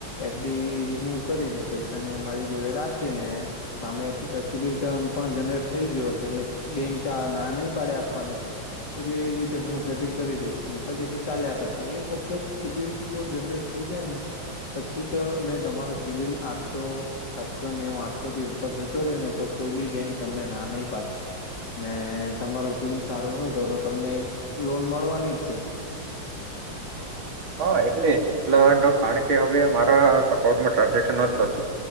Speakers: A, on the left (about 55°); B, on the right (about 85°).
A: એફડી રિમૂવ કરીને પૈસાને મારી જોડે રાખીને સામેબી રતે પણ જનરેટ થઈ ગયો હશે એટલે બેંક ના ડ આપ એટલે એ રીતે હું સેટિંગ કરી દઈશ પછી તો ચાલ્યા કર એક વખત સબિલ સ્કોર જનરેટ થઈ જાય ને પછી તો ને તમારો સિબિલ આઠસો સાતસો ને હ આઠસો થી ઉપર જતો રહેે ને તો કોઈ બી બેંક તમને ના નહી પાડી ને તમારું સિબિલ સારું હોય તો તો તમને લોન મળવાની જ છે.
B: હા એટલે એટલા ન કારણ કે હવે મારા અકાઉન્ટમાં ટ્રાન્ઝેક્શન નથી થતું